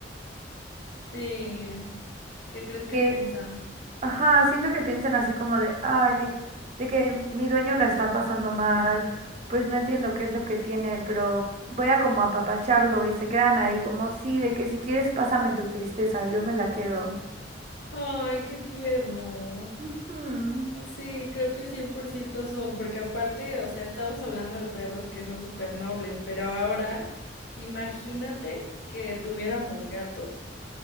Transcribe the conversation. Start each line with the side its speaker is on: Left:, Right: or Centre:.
Left: Sí, ¿qué crees que
Right: Que,
Left: piensan?
Right: ajá, siento que piensan así como de, ay, de que mi dueño la está pasando mal, pues no entiendo qué es lo que tiene, pero voy a como apapacharlo y se quedan ahí como, sí, de que si quieres pásame tu tristeza, yo me la quedo.
Left: Ay, qué tierno.
Right: Ujú.
Left: Sí, creo que 100% son, porque aparte, o sea, estamos hablando de perros que son súper nobles, pero ahora imagínate que tuviéramos gatos.